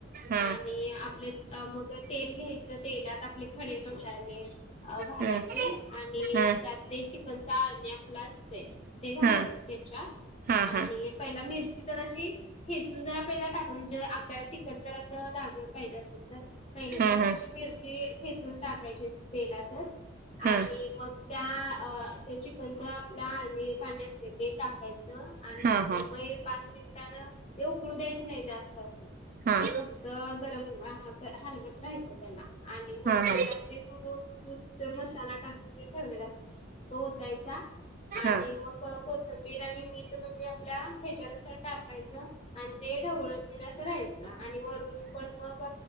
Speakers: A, on the right; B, on the left.
A: हा
B: आणि आपले मग तेल घ्यायचं तेलात आपले खडे मसाले अ घालायचे
A: हा
B: आणि
A: हा
B: त्यात ते चिकनच अळणी आपलं असते ते घालायच
A: हा
B: त्याच्यात
A: हा हा हा
B: आणि पहीला मिरची जराशी ठेचून जरा पहीला टाक म्हणजे आपल्याला जरा तिख तिखट जरास लाग पाहिजे असल तर पहिले जरशी
A: हा हा
B: अशी मिरची - ची ठेचून टाकायची तेलातच
A: हा
B: आणि मग त्या चिकन म आपलं आळणी पाणी असते ते टाकायचं आणि
A: हा
B: नंतर
A: हा
B: मग हे पाच मिनिटानं - ते उकळू द्यायचं नाही जास्त असं
A: हा
B: फक्त गरम ह हलवत राहायचं त्याला आणि मग
A: हा हा
B: त्याच्यात ते दुध दुध मसाला टाकून जे ठेवलेला अस तो ओतायचा आणि
A: हा
B: मग कोथंबीर आणि मीठ म्हणजे आपल्या ह्याच्यानुसार टाकायचं आणि ते ढवळत म्हणजे असं राहायचं आणि वरून पण मग